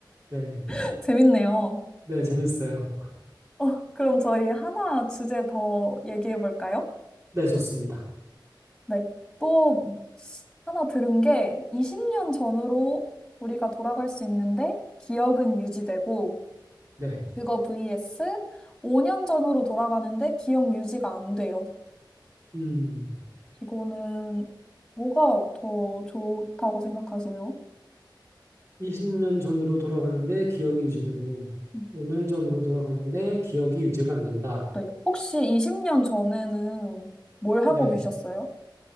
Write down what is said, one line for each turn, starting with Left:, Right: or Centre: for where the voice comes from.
Right: 네,
Centre: <laughs> 재밌네요.
Right: 네, 재밌어요.
Centre: 어, 그럼 저희 하나 주제 더 얘기해 볼까요?
Right: 네, 좋습니다.
Centre: 네. 또 하나 들은 게 20년 전으로 우리가 돌아갈 수 있는데 기억은 유지되고
Right: 네.
Centre: 그거 vs 5년 전으로 돌아가는데 기억 유지가 안 돼요.
Right: 음,
Centre: 이거는 뭐가 더 좋다고 생각하세요?
Right: 20년 전으로 돌아가는데 기억이 유지되고,
Centre: 음,
Right: 5년 전으로 돌아가는데 기억이 유지가 안 된다.
Centre: 네. 혹시 20년 전에는 뭘 하고
Right: 네.
Centre: 계셨어요?